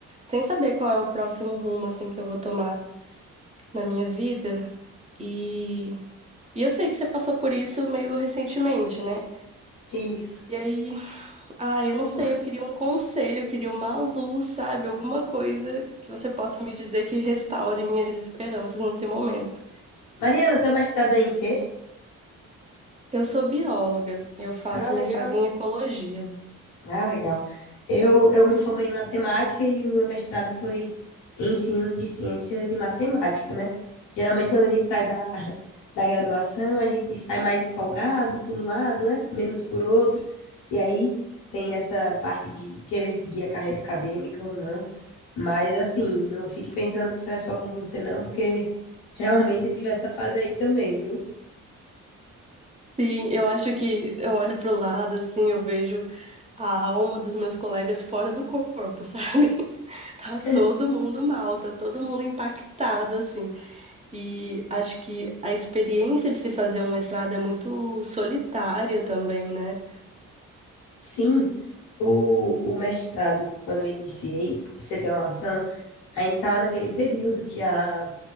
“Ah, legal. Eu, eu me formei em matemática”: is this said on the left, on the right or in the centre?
Left